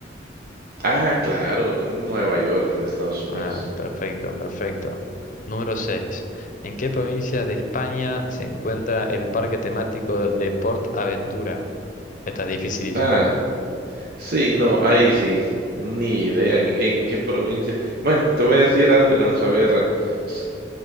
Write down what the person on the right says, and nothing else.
Ah, claro, Nueva York, en Estados Unidos.
Ah, Sí, no, ahí sí, ni idea en, en qué provincia. Bueno, te voy a decir algo, vamos a ver. eh, s-